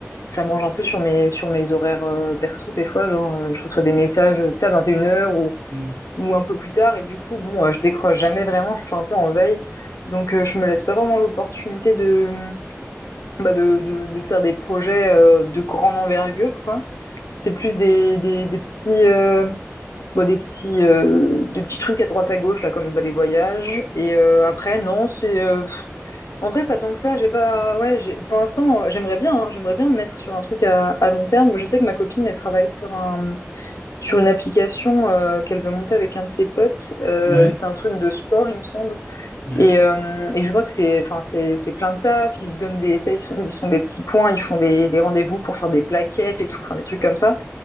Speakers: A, on the left; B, on the left.
A: ça mange un peu sur mes, sur mes horaires euh, perso des fois. Genre, euh, je reçois des messages, euh, tu sais, à 21 heures ou,
B: Hmm.
A: ou un peu plus tard. Et du coup, bon, euh, je décroche jamais vraiment. Je suis un peu en veille. Donc, euh, je me laisse pas vraiment l'opportunité de, bah, de, de, de faire des projets euh, de grande envergure, quoi. C'est plus des, des, des petits. euh, bah, des petits euh, des petits trucs à droite à gauche là comme bah, les voyages et euh, après non c'est euh, pff, en vrai pas tant que ça j'ai pas ouais j'ai- pour l'instant euh, j'aimerais bien hein, j'aimerais bien me mettre sur un truc à, à long terme je sais que ma copine elle travaille sur un sur une application euh, qu'elle veut monter avec un de ses potes Euh,
B: Ouais,
A: c'est un truc de sport il me semble
B: Ouais.
A: et euh, et je vois que c'est enfin c'est c'est plein de taf ils se donnent des ils se font, ils se font des petits points ils font des des rendez-vous pour faire des plaquettes et tout enfin des trucs comme ça